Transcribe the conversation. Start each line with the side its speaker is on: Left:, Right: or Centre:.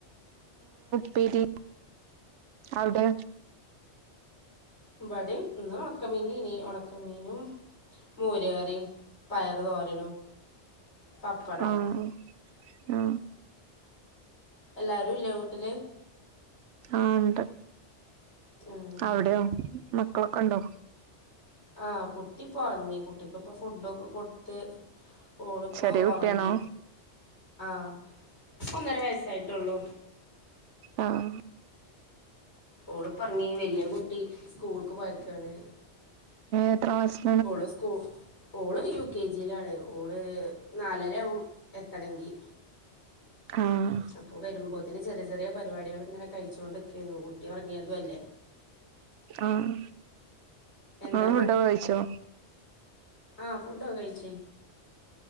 Right: പ്പേരി അവടെ
Left: ഇവടിം ഇന്ന് ഉണക്കമീനെന്നീ. ഉണക്ക ഒണക്കമീനും മോര്കറിയും പയറ് തോരനും. പപ്പടോം
Right: അഹ് ആ
Left: എല്ലാരും ഇല്ലേ വിട്ടില്.
Right: ആ ഉണ്ട്
Left: ആഹ്
Right: അവിടെയോ മക്കളൊക്കെ ഉണ്ടോ?
Left: ആഹ് കുട്ടിപ്പോ ഉറങ്ങി കുട്ടിക്ക് ഇപ്പൊ ഫുഡൊക്കെ കൊടുത്ത്. ഒള് ഇപ്പോ
Right: ചെറിയ
Left: ഒറ
Right: കുട്ടിയാണോ
Left: ങ്ങി ആ ഒന്നര വയസ്സായിട്ടൊള്ളൂ.
Right: ആഹ
Left: ഓള് പോറങ്ങി വലിയ കുടിസ്കൂൾക്ക് പോയക്കാണ്
Right: എത്രമാം <unintelligible>
Left: ഓള് സ്കൂ ഓള് യു കെ ജിയിലാണ് ഓള് നാലരയാകും എത്തണങ്കിൽ
Right: ആഹ
Left: അപ്പൊ വരുമ്പോത്തിന് ചെറിയ ചെറിയ പരിപാടികൾ ങ്ങനെ കഴിച്ചുകൊണ്ടിക്കരുന്നു കുട്ടി ഒറങ്ങിയതും അല്ലേ <inaudible>
Right: ആഹ
Left: എന്താ
Right: ആ ഫുഫുഡോക്കെ യിച്ചോ
Left: ആഹ ഫുഡോ കയിചീ